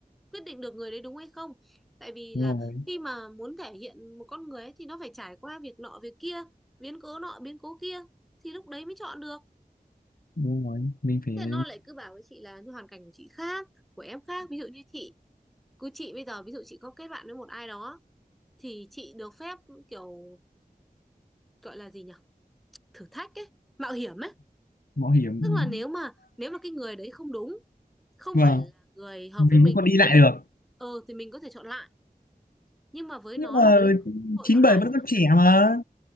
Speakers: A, in the centre; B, on the left.
A: quyết định được người đấy đúng hay không tại vì
B: đúng
A: là
B: rồi
A: khi mà muốn thể hiện một con người ấy, thì nó phải trải qua việc nọ việc kia biến cố nọ biến cố kia thì lúc đấy mới chọn được
B: đúng rồi mình phải
A: thế là nó lại cứ bảo với chị là như hoàn cảnh của chị khác của em khác ví dụ như chị cứ chị bây giờ ví dụ chị có kết bạn với một ai đó thì chị được phép kiểu gọi là gì nhỉ thử thách ấy mạo hiểm ấy
B: mạo hiểm
A: tức là nếu mà nếu mà cái người đấy không đúng không
B: vâng
A: phải là người hợp
B: mình
A: với mình
B: cũng còn đi
A: thì
B: lại
A: chị có
B: được
A: ừ thì mình có thể chọn lại nhưng mà với
B: nhưng
A: nó
B: mà
A: là bây giờ nó không có cơ hội
B: chín
A: chọn
B: bảy
A: lại
B: vẫn
A: nữa
B: còn trẻ mà